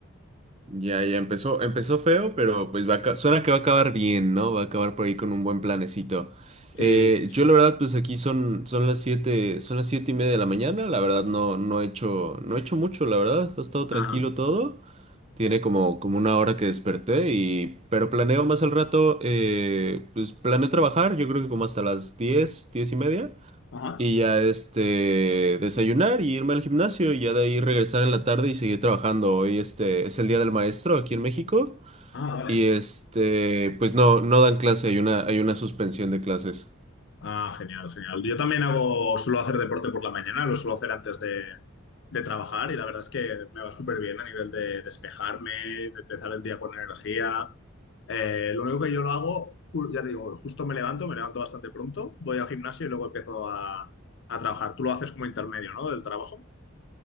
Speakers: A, on the right (about 30°); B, on the left (about 55°).
A: Ya, ya empezó, empezó feo, pero pues va a, ca- suena que va a acabar bien, ¿no? Va a acabar por ahí con un buen planecito.
B: Sí,
A: Eh,
B: sí, sí.
A: yo la verdad, pues aquí son, son las siete, son las siete y media de la mañana. La verdad no, no he hecho, no he hecho mucho, la verdad. Ha estado tranquilo
B: Ajá.
A: todo. Tiene como, como una hora que desperté y, pero planeo más al rato, eh, pues planeo trabajar, yo creo que como hasta las diez, diez y media.
B: Ajá.
A: Y ya este, desayunar y irme al gimnasio y ya de ahí regresar en la tarde y seguir trabajando. Hoy este es el Día del Maestro aquí en México
B: Ah, vale.
A: y este, pues no, no dan clase, hay una, hay una suspensión de clases.
B: Ah, genial, genial. Yo también hago, suelo hacer deporte por la mañana, lo suelo hacer antes de, de trabajar y la verdad es que me va súper bien a nivel de despejarme, de empezar el día con energía. Eh, lo único que yo lo hago, ju- ya te digo, justo me levanto, me levanto bastante pronto, voy al gimnasio y luego empiezo a, a trabajar. Tú lo haces como intermedio, ¿no? Del trabajo.